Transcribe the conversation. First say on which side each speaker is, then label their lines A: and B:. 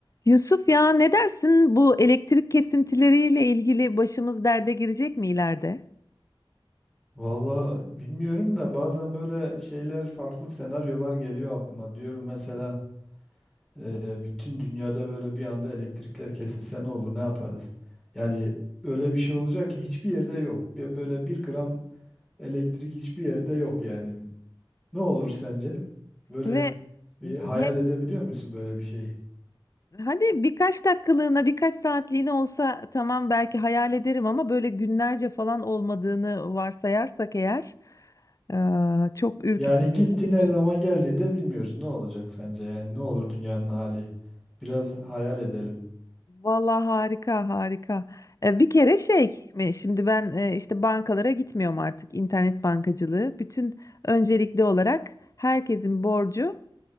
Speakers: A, on the left (about 35°); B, in the centre.
A: Yusuf ya ne dersin bu elektrik kesintileriyle ilgili başımız derde girecek mi ileride?
B: Valla bilmiyorum da bazen böyle şeyler farklı senaryolar geliyor aklıma. Diyorum mesela e, bütün dünyada böyle bir anda elektrikler kesilse ne olur ne yaparız? Yani öyle bir şey olacak ki hiçbir yerde yok. Bö- Böyle bir gram elektrik hiçbir yerde yok yani. Ne olur sence? Böyle
A: Ve
B: bir hayal
A: he-
B: edebiliyor musun böyle bir şeyi?
A: hadi birkaç dakikalığına birkaç saatliğine olsa tamam belki hayal ederim ama böyle günlerce falan olmadığını varsayarsak eğer eee, çok ürkütücü
B: Yani gitti
A: olabilir.
B: ne zaman geldiğinde bilmiyoruz. Ne olacak sence? Yani ne olur dünyanın hali? Biraz hayal edelim.
A: Valla harika harika. E, bir kere şey mi, şimdi ben e, işte bankalara gitmiyorum artık internet bankacılığı. Bütün öncelikli olarak herkesin borcu